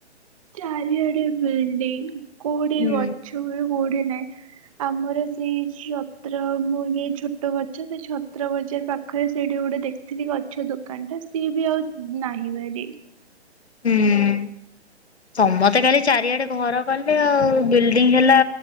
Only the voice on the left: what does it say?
ହୁଁ।
ହୁଁ ସମସ୍ତେ କାଲି ଚାରିଆଡେ ଘର କଲେ ଆଉ ବିଲ୍ଡିଙ୍ଗ ହେଲା।